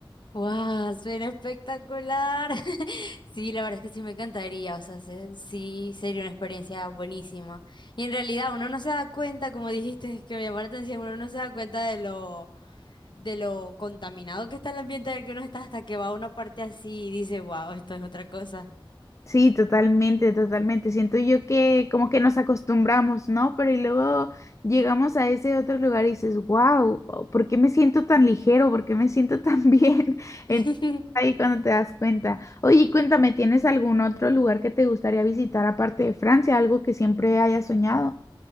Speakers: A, on the left; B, on the left.
A: ¡Wow! Suena espectacular. <laughs> Sí, la verdad es que sí me encantaría. O sea, se- sí, sería una experiencia buenísima. Y en realidad uno no se da cuenta, como dijiste, que me llamó la atención, uno no se da cuenta de lo, de lo contaminado que está el ambiente en el que uno está hasta que va a una parte así y dice, wow, esto es otra cosa.
B: Sí, totalmente, totalmente. Siento yo que como que nos acostumbramos, ¿no? Pero y luego llegamos a ese otro lugar y dices, wow, ¿por qué me siento tan ligero? ¿Por qué me siento tan bien? <laughs> Entonces,
A: <laughs>
B: ahí cuando te das cuenta. Oye, y cuéntame, ¿tienes algún otro lugar que te gustaría visitar aparte de Francia? Algo que siempre hayas soñado.